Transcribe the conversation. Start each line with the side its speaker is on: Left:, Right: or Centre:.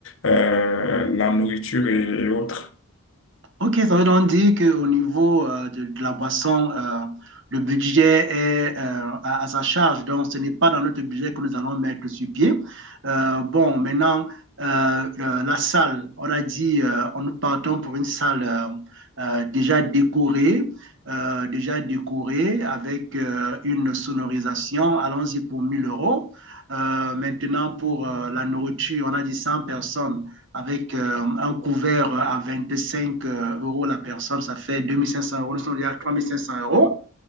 Left: euh, la nourriture et et autres.
Right: Ok, ça veut donc dire qu'au niveau euh, de, de la boisson, euh, le budget est euh, à, à sa charge. Donc, ce n'est pas dans notre budget que nous allons mettre sur pied. Euh, bon, maintenant, euh, le- la salle, on a dit, euh, on- nous partons pour une salle euh, euh, déjà décorée, euh, déjà décorée avec euh, une sonorisation. Allons-y pour 1000 euros. Euh, maintenant, pour euh, la nourriture, on a dit 100 personnes avec euh, un couvert à 25 euros la personne, ça fait 2500 euros, on dit à 3500 euros.